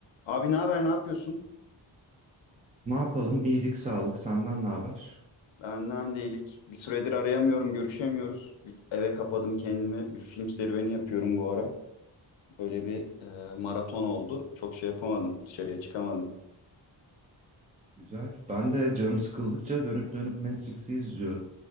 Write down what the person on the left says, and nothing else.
Abi ne haber, ne yapıyorsun?
Benden değilik. Bir süredir arayamıyorum, görüşemiyoruz. Bir eve kapadım kendimi. Bir film serüveni yapıyorum bu ara. Böyle bir e, maraton oldu. Çok şey yapamadım, dışarıya çıkamadım.